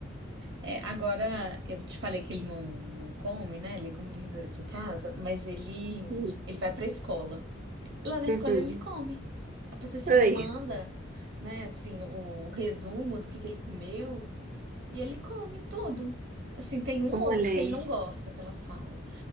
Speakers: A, on the right (about 60°); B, on the right (about 40°).
A: é, agora, eu te falei que ele não, não come, né? Ele come verdura aqui em casa, mas ele,
B: Uhum.
A: ele vai pra escola. E lá na escola
B: Uhum.
A: ele come. A professora
B: Aí,
A: manda, né, assim, o, o resumo do que que ele comeu. E ele come tudo. Assim, tem um
B: olha
A: ou outro
B: aí.
A: que ele não gosta que ela fala.